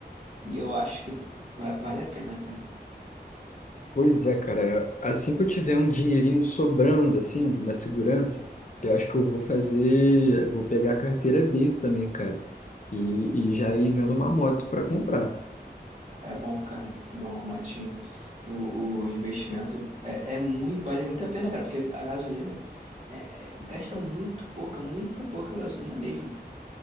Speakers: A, on the right; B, on the left.
A: e eu acho que va- vale a pena, cara.
B: Pois é, cara, assim que eu tiver um dinheirinho sobrando, assim, uma segurança, eu acho que eu vou fazer, eu vou pegar a carteira B também, cara, e, e já ir vendo uma moto para comprar.
A: É bom, cara. É bom, a motinha. O, o investimento é, é muito, vale muito a pena, cara, porque a gasolina é- é- gasta muito pouca, muita pouca gasolina mesmo.